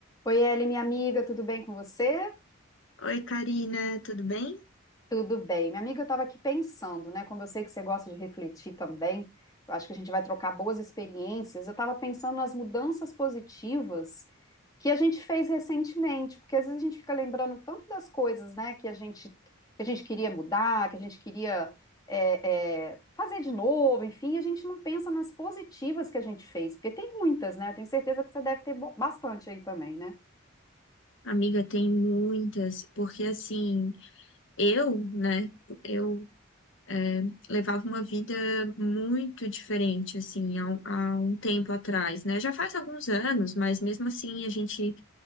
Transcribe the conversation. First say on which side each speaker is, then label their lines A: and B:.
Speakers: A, on the left; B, on the left.
A: Oi, Eli, minha amiga, tudo bem com você?
B: Oi, Karina, tudo bem?
A: Tudo bem. Minha amiga, eu estava aqui pensando, né? Como eu sei que você gosta de refletir também, eu acho que a gente vai trocar boas experiências. Eu estava pensando nas mudanças positivas que a gente fez recentemente, porque às vezes a gente fica lembrando tanto das coisas, né, que a gente, que a gente queria mudar, que a gente queria é, é, fazer de novo, enfim, a gente não pensa nas positivas que a gente fez, porque tem muitas, né? Eu tenho certeza que você deve ter bo- bastante aí também, né?
B: Amiga, tem muitas, porque assim, eu, né, eu é, levava uma vida muito diferente, assim, há, um- há um tempo atrás, né? Já faz alguns anos, mas mesmo assim a gente